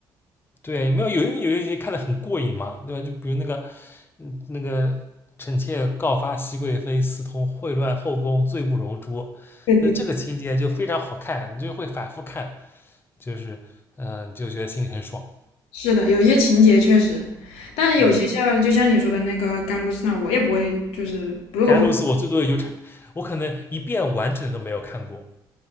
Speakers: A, on the left; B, on the left.
A: 对，没有有有有些看得很过瘾嘛，对吧？就比如那个，嗯，那个臣妾告发熹贵妃私通秽乱后宫，罪不容诛，
B: 对对的，
A: 所以这个情节就非常好看，你就会反复看，就是嗯、呃你就觉得心里很爽。
B: 是的，有一些情节确实，但有些像就像你说的那个甘露寺那儿，
A: 嗯，
B: 我也不会，就是如果不
A: 甘露寺我最多也就差，我可能一遍完整的都没有看过。